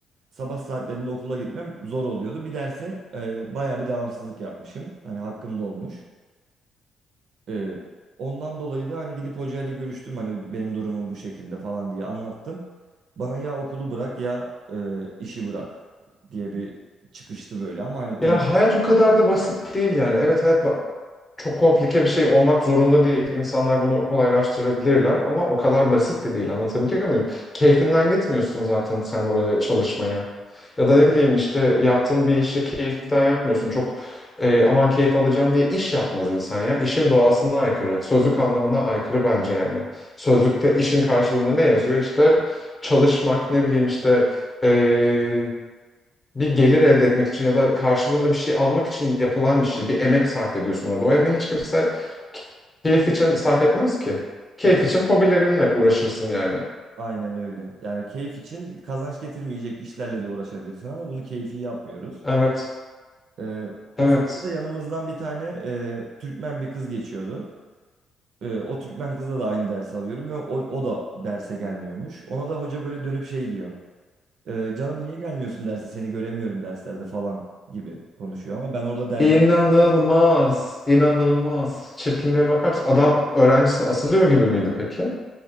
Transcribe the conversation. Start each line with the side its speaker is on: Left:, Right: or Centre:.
Right: Sabah saatlerinde okula gitmem zor oluyordu. Bir derse e, bayağı bir devamsızlık yapmışım. Hani hakkım da olmuş. Ee, ondan dolayı da hani gidip hocayla görüştüm hani benim durumum bu şekilde falan diye anlattım. Bana ya okulu bırak ya e, işi bırak diye bir çıkıştı böyle ama hani
Left: Ya
Right: ton
Left: hayat o kadar da basit değil yani. Evet hayat ba- çok komplike bir şey olmak zorunda değil. İnsanlar bunu kolaylaştırabilirler ama o kadar basit de değil. Anlatabiliyor muyum? Keyfinden gitmiyorsun zaten sen oraya çalışmaya. Ya da ne bileyim işte yaptığın bir işi keyiften yapmıyorsun. Çok e, aman keyif alacağım diye iş yapmaz insan ya. İşin doğasına aykırı. Sözlük anlamına aykırı bence yani. Sözlükte işin karşılığında ne yazıyor? İşte çalışmak, ne bileyim işte e, bir gelir elde etmek için ya da karşılığında bir şey almak için yapılan bir şey. Bir emek sarf ediyorsun orada. O emeği hiç kimse keyif için sarf etmez ki. Keyif
Right: tabii
Left: için hobilerinle uğraşırsın yani.
Right: aynen öyle. Yani keyif için kazanç getirmeyecek işlerle de uğraşabilirsin ama bunu keyfi yapmıyoruz.
Left: Evet,
Right: Ee, o
Left: evet.
Right: sırada yanımızdan bir tane e, Türkmen bir kız geçiyordu. Ee, o Türkmen kızla da aynı dersi alıyorum ve o, o da derse gelmiyormuş. Ona da hoca böyle dönüp şey diyor. Ee, canım niye gelmiyorsun derse seni göremiyorum derslerde falan gibi konuşuyor. Ama ben orada derdim
Left: İnanılmaz, inanılmaz. Çirkinliğe bakar mısın? Adam öğrencisine asılıyor gibi miydi peki?